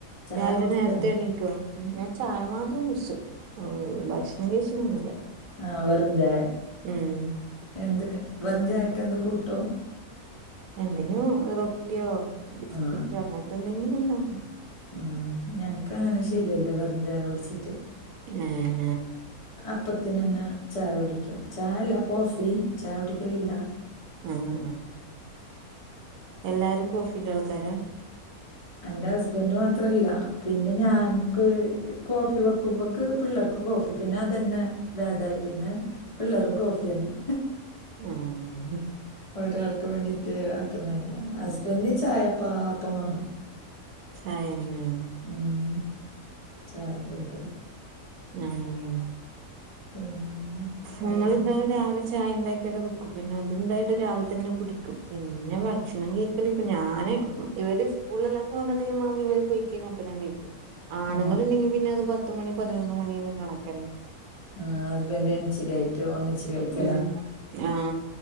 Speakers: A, on the left (about 25°); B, on the right (about 75°).
A: ചായ
B: രാവിലെ
A: കുടിച്ച
B: നേരത്തെ എണീക്കുവോ ഞാൻ ചായ മാത്രം കുടിച്ചു ഭക്ഷണം കഴിച്ച് ഒന്നും ഇല്ല
A: ആഹ് വെറും ചായ
B: ഉം <unintelligible>
A: എന്ത് വെറും ചായക്ക്‌ എന്താ കൂട്ടോ
B: എന്തെങ്കിലും റൊട്ടിയോ ബിസ്കറ്റോ
A: ആ
B: അങ്ങനത്തെ എന്തെങ്കിലും ഉണ്ടാക്കും
A: ആഹ് ഞങ്ങക്ക് അങ്ങനെ ശീലവില്ലേ വെറും ചായ കുടിച്ചിട്ട്
B: ഉം <unintelligible>
A: അപ്പത്തിന് തന്നെ ചായ കുടിക്കും ചായയല്ല കോഫി ചായ കുടിക്കല് ഇല്ല
B: ആഹ് ആഹ് എല്ലാരും കോഫിന്റെ ആൾക്കാരാ
A: എന്റെ ഹസ്ബൻഡ് മാത്രല്ല പിന്നെ ഞാൻക്ക് കോഫി വെക്കുമ്പോ- ക്ക് പിള്ളേർക്ക് കോഫി പിന്നെ അതന്നെ ഭേദായി പിന്നെ പിള്ളേരും കോഫി തന്നെ
B: ആഹ്
A: ഒരാൾക്ക് വേണ്ടിട്ട് ആക്കുന്നതന്നെ ഹസ്ബൻഡന് ചായ എപ്പാ അപ്പ വേണം
B: ചായ തന്നെയൊ
A: ഉം ചായ കൂടുതൽ
B: ആഹാ
A: പിന്നെ വേറെ
B: നമ്മള് എന്തായാലും രാവിലെ ചായ ഉണ്ടാക്കിയിടെ വെക്കും പിന്നെ അത് എന്തായാലും രാവിലെ തന്നെ കുടിക്കും പിന്നെ ഭക്ഷണം കഴിക്കല് ഇപ്പൊ ഞാന് ഇവര് സ്കൂളി എല്ലാം പോവുന്ന ടൈം ആവുമ്പോ ഇവര് പോയി ഒപ്പം ഞാൻ കഴിക്കും ആണുങ്ങളുണ്ടെങ്കി
A: ആ
B: പിന്നെ അത് പത്തുമണി പതിനൊന്ന് മണിയെല്ലാം കണക്ക്‌ തന്നെ
A: ആ ഹസ്ബൻഡ് രണ്ട <unintelligible> ഇരി ആയിട്ടോ ഒന്നിച്ച് കഴിക്കല
B: ഉം ആഹ്